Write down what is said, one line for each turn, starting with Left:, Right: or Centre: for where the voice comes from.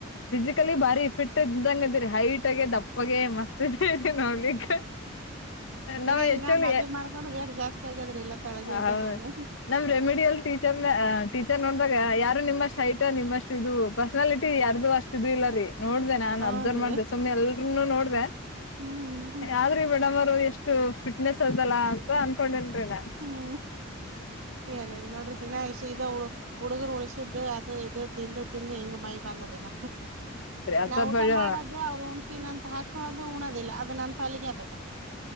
Left: ಫಿಸಿಕಲಿ ಬಾರಿ ಫಿಟ್ ಇದ್ದಂಗ ಅದಿರಿ. ಹೈಟಗೆ ದಪ್ಪಗೆ ಮಸ್ತ ಇದೀರಿ ನೋಡ್ಲಿಕ್ಕ. ನಾವ್
Right: ಇನ್ನ
Left: ಎಚ್ಚಾಗ್ಲು.
Right: ಇನ್ನ ಮದ್ವಿ ಮಾಡ್ಕೊಂಡ್ ಜಾಸ್ತಿ ಆಗ್ಯದ್ರಿ ಇಲ್ಲ ತೆಳ್ಳಗೆ ಇದ್ದೆ
Left: ಹೌಅ
Right: ನಾನು
Left: ನಮ್ ರೆಮಿಡಯಲ್ ಟೀಚರ್ ನ ಟೀ. ನೋಡದಾಗ ಯಾರು ನಿಮ್ಮಷ್ಟ್ ಹೈಟ್ ನಿಮ್ಮಷ್ಟು ಇದು ಪರ್ಸನಾಲಿಟಿ ಯಾರ್ದು ಅಷ್ಟ ಇದು ಇಲ್ಲಾ ರೀ. ನೋಡ್ದೆ ನಾನ್
Right: ಹೂನ್ರಿ
Left: ಅಬ್ಸರ್ವ್ ಮಾಡ್ದೆ ಸುಮ್ನೆ ಎಲ್ರೂನು ನೋಡ್ದೆ
Right: ಹ್ಮ್
Left: ಆದ್ರೂ ಈ ಮೇಡಂಮಾ. ಎಷ್ಟು ಫಿಟ್ನೆಸ್ ಅದಲ್ಲ ಅಂತ ಅನ್ಕೊಂಡೆನ್ರಿನಾ.
Right: ಹ್ಮ್ ಏನೇನ್ ನೋಡ್ರಿ ದಿನಾಯಷು ಇದ ಹುಳುಕ. ಹುಡಗರ ಉಳಸಿದ್ದ್ ಅದು ಇದು ತಿಂದು ತಿಂದು ಹಿಂಗ ಮೈ ಬಂದದಿನ.
Left: ಅಸಭ್ಯ
Right: ನಾ ಊಟಾ ಮಾಡೋದು ಅವ್ರು ಉಣ್ತೀನ ಅಂತ ಹಾಕಳದು ಉಣೋದಿಲ್ಲ ಅದು ನನ್ ಪಾಲಿಗೆ ಅದು.